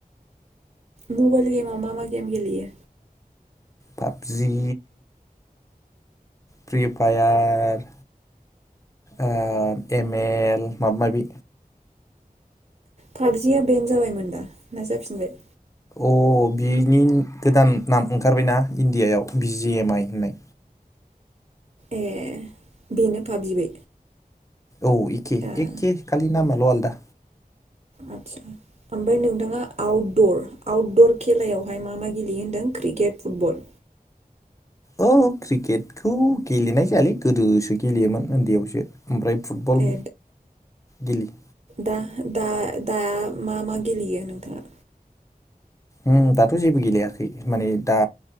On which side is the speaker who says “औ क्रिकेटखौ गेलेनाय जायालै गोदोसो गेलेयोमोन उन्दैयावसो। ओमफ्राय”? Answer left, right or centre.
Left